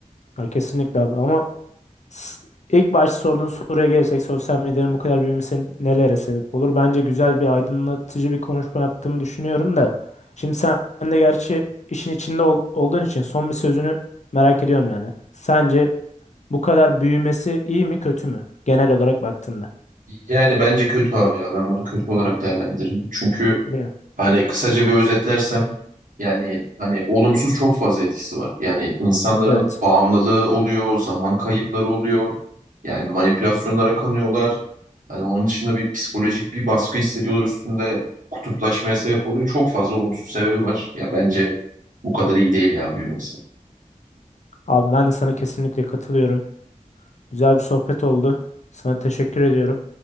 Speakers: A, on the left; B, on the right.
A: Ya kesinlikle abi ama s- ilk başta sorduğun soruya gelirsek sosyal medyanın bu kadar büyümesi nelere sebep olur? Bence güzel bir aydınlatıcı bir konuşma yaptığımı düşünüyorum da. Şimdi sen de gerçi işin içinde ol- olduğun için son bir sözünü merak ediyorum yani. Sence bu kadar büyümesi iyi mi kötü mü? Genel olarak baktığında.
B: Yani bence kötü abi ya. Ben bunu kötü olarak değerlendiririm. Çünkü
A: Değil mi?
B: hani kısaca bir özetlersem yani hani olumsuz çok fazla etkisi var. Yani insanların
A: Evet.
B: bağımlılığı oluyor, zaman kayıpları oluyor. Yani manipülasyonlara kanıyorlar. Hani onun dışında bir psikolojik bir baskı hissediyorlar üstünde. Kutuplaşmaya sebep oluyor. Çok fazla olumsuz sebebi var. Ya bence bu kadar iyi değil ya büyümesi.
A: Abi ben de sana kesinlikle katılıyorum. Güzel bir sohbet oldu. Sana teşekkür ediyorum.